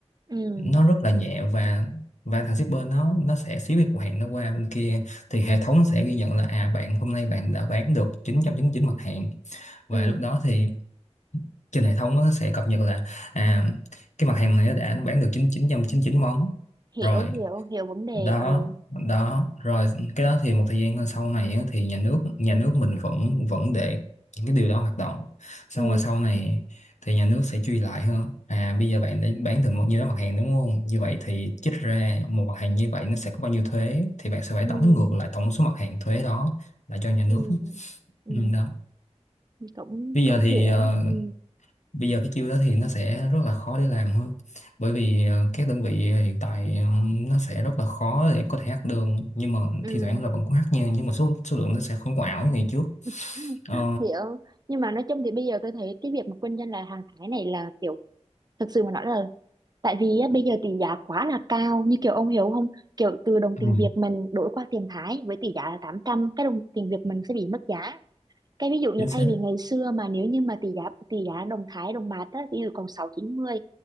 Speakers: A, on the right; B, on the left.
A: ừ
B: nó rất là nhẹ và và thằng shipper nó nó sẽ ship cái cục hàng nó qua bên kia thì hệ thống sẽ ghi nhận là à bạn hôm nay bạn đã bán được chín chín trăm chín mươi chín mặt hàng và
A: ừ
B: lúc đó thì trên hệ thống nó sẽ cập nhật là à cái mặt hàng này nó đã bán được chín chín chín trăm chín mươi chín món
A: hiểu
B: rồi
A: hiểu hiểu vấn đề
B: đó
A: ừ
B: đó rồi cái đó thì một thời gian sau này á, thì nhà nước nhà nước mình vẫn vẫn để những cái điều đó hoạt động xong
A: ừ
B: rồi sau này thì nhà nước sẽ truy lại hơn à bây giờ bạn đã bán được bao nhiêu đó mặt hàng đúng không như vậy thì trích ra một mặt hàng như vậy nó sẽ có bao nhiêu thuế thì bạn sẽ phải đóng
A: ừ
B: ngược lại tổng số mặt hàng thuế đó lại cho nhà
A: ừ
B: nước
A: ừ
B: ừ, đó
A: cũng
B: bây giờ
A: cũng hiểu
B: thì ờ,
A: ừ
B: bây giờ cái chiêu đó thì nó sẽ rất là khó để làm hơn bởi vì ờ, các đơn vị hiện tại ờ, nó sẽ rất là khó để có thể hack được nhưng mà
A: ừ
B: thi thoảng là vẫn có hack nha nhưng mà số số lượng nó sẽ không có ảo như ngày trước
A: <laughs>
B: Ờ,
A: hiểu nhưng mà nói chung thì bây giờ tôi thấy cái việc mà kinh doanh là hàng Thái này là kiểu thực sự mà nói là tại vì á, bây giờ tỷ giá quá là cao như kiểu ông hiểu không kiểu từ đồng tiền
B: ừ,
A: Việt mình đổi qua tiền Thái với tỷ giá là 800 cái đồng tiền Việt mình sẽ bị mất giá cái ví dụ như
B: chính xác
A: thay vì ngày xưa mà nếu như mà tỷ giá tỷ giá đồng Thái đồng bạc á ví dụ còn sáu chín mươi